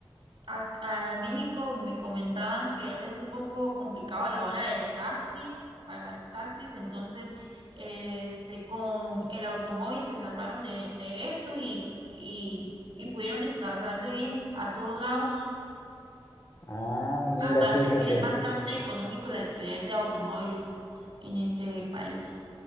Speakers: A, on the right (about 70°); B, on the left (about 30°).
A: Ac- A, en México me comentaban que es un poco complicado a la hora de taxis, pagar taxis, entonces este, con el automóvil se salvaron de, de eso y, y, y pudieron desplazarse bien a todos lados.
B: Ah, mira,
A: Aparte
B: fíjate.
A: que es bastante económico el alquiler de automóviles en ese país.